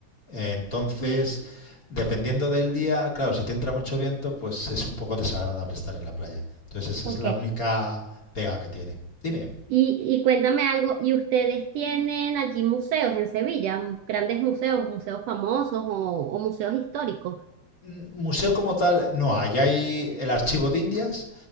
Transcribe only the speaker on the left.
Eh, entonces,
dependiendo del día, claro, si te entra mucho viento, pues es un poco desagradable estar en la playa. Entonces, esa
es la única pega que tiene. Dime.
mm, museo como tal no hay. Hay el archivo de Indias,